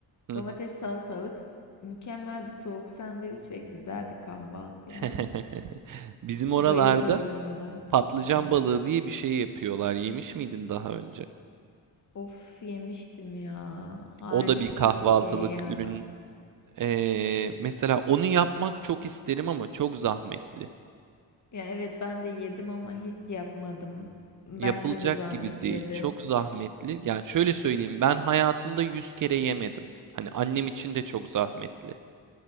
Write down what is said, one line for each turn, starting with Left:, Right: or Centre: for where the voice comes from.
Right: hı
Left: Domates,
Right: hı.
Left: salatalık, mükemmel bir soğuk sandviç ve güzel bir kahvaltı
Right: <laughs>
Left: yani.
Right: Bizim oralarda
Left: Bayılıyorum buna.
Right: patlıcan
Left: Hı.
Right: balığı diye bir şey yapıyorlar. Yemiş miydin daha önce?
Left: Of yemiştim ya. Harika
Right: O da bir kahvaltılık
Left: bir şey ya.
Right: ürün. Ee, mesela onu yapmak çok isterim ama çok zahmetli.
Left: Ya evet ben de yedim ama hiç yapmadım. Bence
Right: Yapılacak
Left: de zahmetlidir.
Right: gibi değil. Çok zahmetli. Yani şöyle söyleyeyim, ben hayatımda 100 kere yemedim. Hani annem için de çok zahmetli.